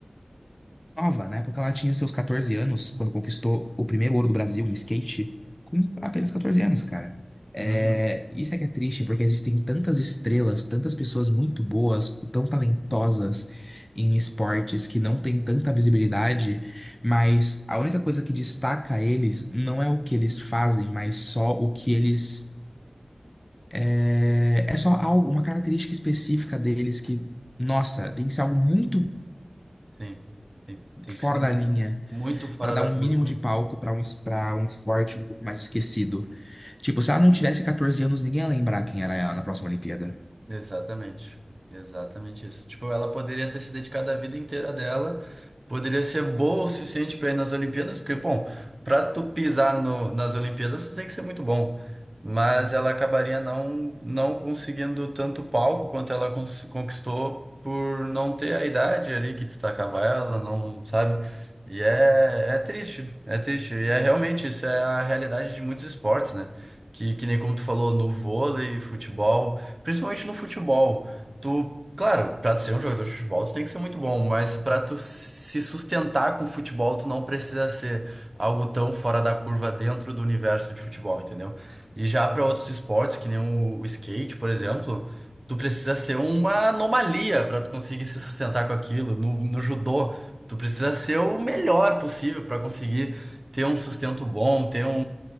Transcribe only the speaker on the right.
Uhum.
Sim. Tem, tem
que ser
muito fora
da
curva.
Exatamente. Exatamente isso. Tipo, ela poderia ter se dedicado a vida inteira dela, poderia ser boa o suficiente para ir nas Olimpíadas, porque, bom, para tu pisar no, nas Olimpíadas, tu tem que ser muito bom. Mas ela acabaria não, não conseguindo tanto palco quanto ela cons- conquistou por não ter a idade ali que destacava ela, não, sabe? E é, é triste, é triste. E é realmente, isso é a realidade de muitos esportes, né? Que, que nem como tu falou, no vôlei, futebol. Principalmente no futebol. Tu, claro, pra tu ser um jogador de futebol, tu tem que ser muito bom, mas pra tu se sustentar com o futebol, tu não precisa ser algo tão fora da curva dentro do universo de futebol, entendeu? E já pra outros esportes, que nem o o skate, por exemplo, tu precisa ser uma anomalia pra tu conseguir se sustentar com aquilo. No, no judô, tu precisa ser o melhor possível pra conseguir ter um sustento bom, ter um,